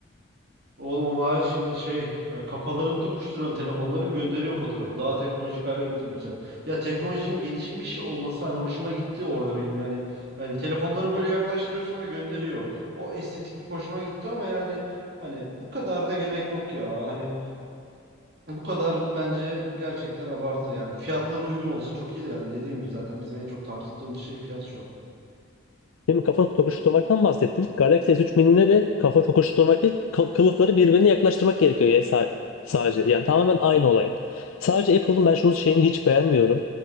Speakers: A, on the right; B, on the left.
A: Oğlum ama hayır şimdi şey e, kafalarını tokuşturan telefonların gönderiyor fotoğrafı. Daha teknolojik hale getirmişler. Ya teknolojinin gelişmiş olması hani hoşuma gitti orada benim yani. Hani telefonları böyle yaklaştırıyorsun ve gönderiyor. O estetiklik hoşuma gitti ama yani hani bu kadar da gerek yok ya. Hani bu kadar bence gerçekten abartı yani. Fiyatları uygun olsa çok iyi de yani dediğim gibi zaten bizim en çok tartıştığımız şey fiyat şu an.
B: Şimdi kafa tokuşturmaktan bahsettim. Galaxy S3 Mini'ne de kafa tokuşturmak değil, kıl- kılıfları birbirine yaklaştırmak gerekiyor ya sa- sadece. Yani tamamen aynı olay. Sadece Apple'ın ben şunu şeyini hiç beğenmiyorum.